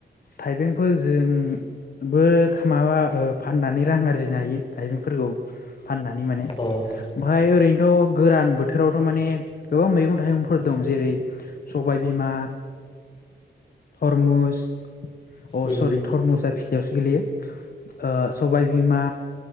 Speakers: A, on the left; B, on the left.
A: थाइबेंफोरजोंबो माबा फाननानै रां आरजिनो हायो थाइबेंफोरखौ फाननानै माने
B: औ अ
A: ओमाय ओरैनो ' गोरान बोथोरावथ' माने गोबां मैगं थाइगंफोर दं जेरै सबायबिमा थरमुस अ
B: उम
A: सरि थर्मुजा खाथियावसो गेलेयो ओ सबायबिमा